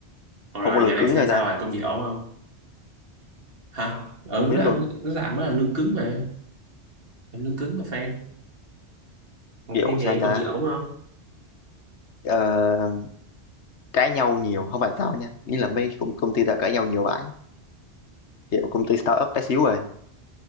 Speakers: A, on the right; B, on the left.
A: rồi
B: không có lường
A: giờ này
B: cứng
A: xem
B: hay
A: sao
B: sao
A: rồi công việc ổn không hả ừ
B: không biết
A: nó
B: luôn
A: ăn
B: á.
A: nó làm nó là lương cứng mà làm lương cứng mà fan còn
B: kiểu
A: fan nhà
B: sao
A: này
B: ta
A: công việc ổn không
B: ờ, cãi nhau nhiều không phải tao nha nghĩ là mấy công, công ty tao cãi nhau nhiều bãi kiểu công ty startup bé xíu rồi